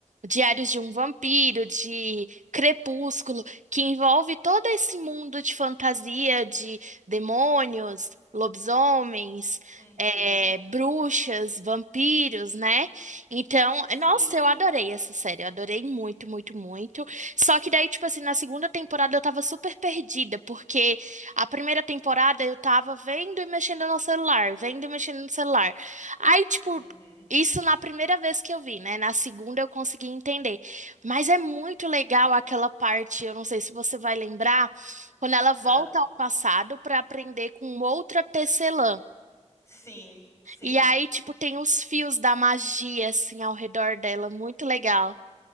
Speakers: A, on the right (about 75°); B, on the left (about 20°).
A: Diários de um Vampiro, de Crepúsculo, que envolve todo esse mundo de fantasia, de demônios, lobisomens,
B: Uhum.
A: é, bruxas, vampiros, né? Então,
B: Sim.
A: nossa, eu adorei essa série, eu adorei muito, muito, muito. Só que daí, tipo assim, na segunda temporada eu tava super perdida, porque a primeira temporada eu tava vendo e mexendo no celular, vendo e mexendo no celular. Aí, tipo,
B: Uhum.
A: isso na primeira vez que eu vi, né? Na segunda eu consegui entender. Mas é muito legal aquela parte, eu não sei se você vai lembrar, quando ela volta
B: Ah,
A: ao passado pra aprender com outra tecelã.
B: sim, sim.
A: E aí, tipo, tem os fios da magia assim ao redor dela, muito legal.